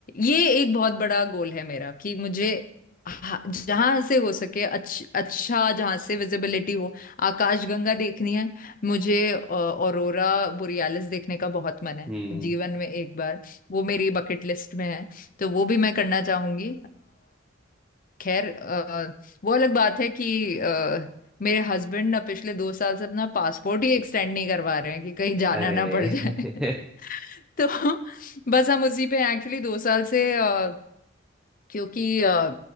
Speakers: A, on the left; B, in the centre.
A: ये एक बहुत बड़ा गोल है मेरा कि मुझे हा- जहाँ से हो सके अच्छ, अच्छा जहाँ से विजिबिलिटी हो आकाशगंगा देखनी है मुझे ऑरोरा बोरियालिस देखने का बहुत मन है
B: हम्म
A: जीवन में एक बार वो मेरी बकेट लिस्ट में है तो वो भी मैं करना चाहूंगी खैर अ, वो अलग बात है कि अ, मेरे हस्बैंड ना पिछले दो साल से अपना पासपोर्ट ही एक्सटेंड नहीं करवा रहे हैं कि कहीं जाना
B: अरे
A: ना पड़ जाए
B: <laughs>
A: <laughs> तो बस हम उसी पे एक्चुअली दो साल से अ, क्योंकि अ,